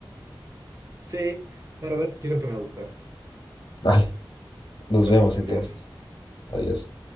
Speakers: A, on the right; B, on the left.
A: Sí, pero a ver, yo creo que me va a gustar.
B: Dale, nos
A: Dale,
B: vemos entonces.
A: adiós.
B: Adiós.